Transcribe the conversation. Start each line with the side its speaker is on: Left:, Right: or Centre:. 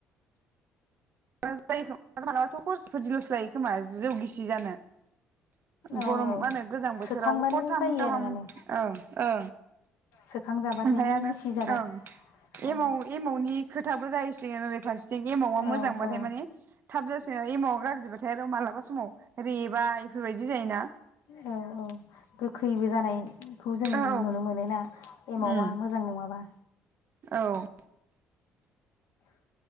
Right: जायो खोमा मालाबाथ हरसेफोरदिलसो लायो खोमा जौ गिसि जानो
Left: औ
Right: गरम
Left: औ
Right: मा होनो गोजां बोथोराव
Left: सोखांबानो
Right: हरथाम
Left: जायो
Right: गाहाम
Left: आरो माने
Right: ओं ओ
Left: सोखांजाबाथायनो
Right: ओमफाय आरो
Left: गिसि जाबाय
Right: ओ
Left: औ
Right: एम-एमावनि खो थाबो जाहैसै आरो फारसे जेनि एमावा
Left: औ
Right: मोजां
Left: औ
Right: फ्राय माने थाब जासिगोन एमावा गाज्रिबाथाय आरो मालाबा समाव रेबा बेफोरबायदि जायोना?
Left: औ औ गोखैबो जानाय खौ जों
Right: औ
Left: नुनो मोनो ना एमावा
Right: उम
Left: मोजां नङाबा।
Right: औ